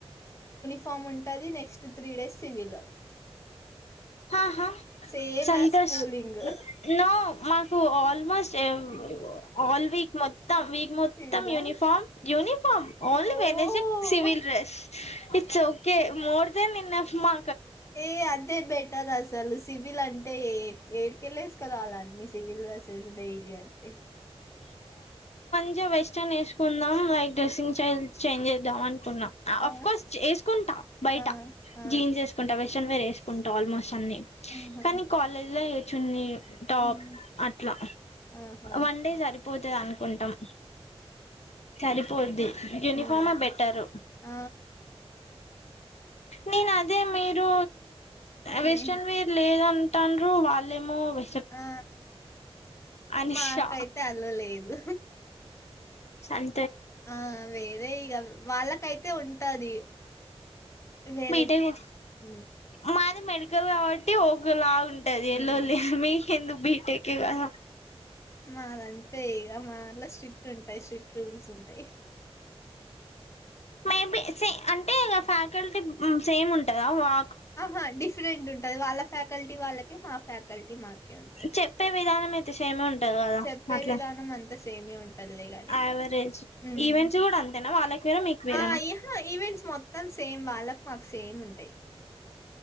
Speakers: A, on the left (about 25°); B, on the left (about 85°).
A: ఫామ్ ఉంటది next three days civil
B: హాహా
A: same
B: Santosh
A: as schooling
B: no మా కు ఆల్మోస్ట్ ఎవ్ ఆల్ వీక్ మొత్తం వీక్ మొత్తం
A: సివిలా
B: uniform uniform only
A: oh
B: Wednesday civil dress it's okay more than enough మా
A: ఏ అదే బెట్ ట్టదసలు సివిల్ అంటే ఏ ఏడికెళ్ళేసుకోరావాల అన్నీ సివిల్ డ్రెసెస్ డైలీ అంటే
B: చిగ వెస్టర్న్ వేసుకుందాం లైక్ డ్రెసింగ్ స్టైల్ చేంజ్ చేద్దాం అన్ కున్నా
A: ఆ!
B: అఫ్ కోర్స్ ఏసుకుంటా బయట
A: ఆ! ఆ!
B: జీన్స్ వేసుకుంటా వె షన్ ఏసుకుంటా ఆల్మోస్ట్ అన్నీ
A: ఆహా!
B: కానీ కాలేజ్ లో ఎ చున్నీలు టాప్
A: ఆహా!
B: అట్లా
A: ఆహా!
B: వన్ డే సరి పోతది అనుకుంటాం సరిపోద్ది యూనిఫామే
A: హ్మ్.
B: బెటరు
A: ఆ!
B: నేను అదే మీరు వెస్ట్రన్
A: లే
B: వేర్ లేదం టండ్రు వాళ్ళేమో వె
A: ఆ
B: అని
A: మాకైతే
B: షాక్
A: అలో లేదు
B: షన్
A: ఆ వేరే ఇగ వాళ్ళకైతే ఉంటది వేరే
B: బీటేగు
A: హ్మ్.
B: మాది మెడి కల్ కాబట్టి ఒకలాగున్ టది
A: హ్మ్.
B: ఎల్లో లే మీకెందుకు బీటె కివాహ
A: మాదంతే ఇగా మాదట్లో స్ట్రిక్ట్ ఉంటాయి. స్ట్రిక్ట్ రూల్స్ ఉంటాయి
B: మేబి సే అంటే ఫ్యాకల్టీ సేమ్ ఉంటందా వా
A: ఆహా డిఫరెంట్ ఉంటది వాళ్ళ ఫ్యాకల్టీ వాళ్ళకే మా ఫ్యాకల్టీ మాకే ఉంటది.
B: చెప్పే విధానం అయితే సేమే ఉంటది. కదా
A: చెప్పే
B: అట్లా
A: విధానం అంతా సేమే ఉం టాదిలే కానీ
B: యావరేజ్
A: హ్మ్
B: ఈవెంట్స్ కూడా అంతేనా వాళ్ళకి వేరే మీకు వేరేనా
A: ఆ ఏమో ఈవెంట్స్ మొత్తం సేమ్ వాళ్ళక్ మాకు సేమ్ ఉంటాయి.